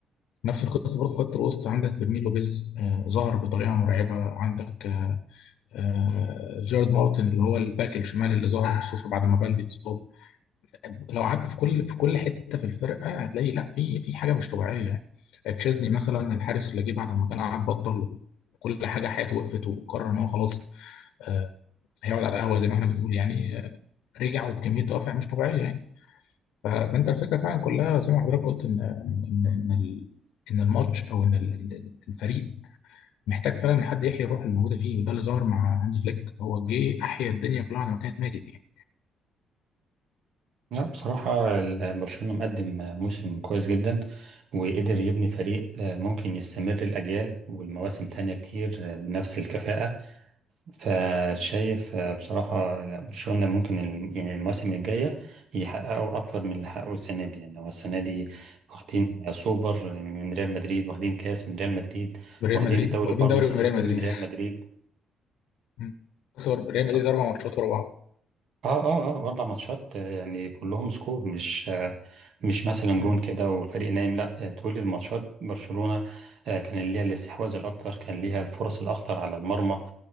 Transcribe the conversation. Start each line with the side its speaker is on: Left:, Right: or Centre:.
Left: نفس القصه برضه في خط الوسط عندك فيرمين لوبيز آه ظهر بطريقه مرعبه عندك آه، آه، جارد مارتن اللي هو الباك الشمال اللي ظهر خصوصا بعد ما بلدي اتصاب لو قعدت في كل في كل حته في الفرقه هتلاقي لا في في حاجه مش طبيعيه يعني تشيزني مثلا الحارس اللي جه بعد ما كان قعد بطل كل حاجه حياته وقفت وقرر ان هو خلاص آه، هيقعد على القهوه زي ما احنا بنقول يعني آه، رجع وبكميه دوافع مش طبيعيه يعني ف- فانت الفكره فعلا كلها زي ما حضرتك قلت ان ان ان إن ال- إن الماتش او ان ال- ال- الفريق محتاج فعلا حد يحيي الروح اللي موجوده فيه وده اللي ظهر مع هانز فليك هو جه احيا الدنيا كلها بعد ما كانت ماتت يعني
Right: لا بصراحة ال- برشلونة مقدم آه، موسم كويس جدا وقدر يبني فريق آه، ممكن يستمر الأجيال والمواسم تانية كتير آه، بنفس الكفاءة فشايف آه، بصراحة لا، برشلونة ممكن الم- يعني المواسم الجاية يحققوا أكتر من اللي حققوه السنة دي يعني هو السنة دي واخدين سوبر من ريال مدريد واخدين كاس من ريال مدريد
Left: بريال
Right: واخدين
Left: مدريد
Right: الدوري
Left: واخدين
Right: برضه
Left: دوري
Right: خلينا
Left: من ريال
Right: نقول
Left: مدريد
Right: من ريال
Left: <laughs>
Right: مدريد
Left: مم. بس هو ريال
Right: ف-
Left: مدريد اربع ماتشات ورا بعض
Right: اه اه اه أربع ماتشات آه، يعني كلهم سكور مش آه مش مثلا
Left: مم.
Right: جون كده والفريق نايم لا آه، طول الماتشات برشلونة آه كان ليها الاستحواذ الأكتر كان ليها الفرص الأخطر على المرمى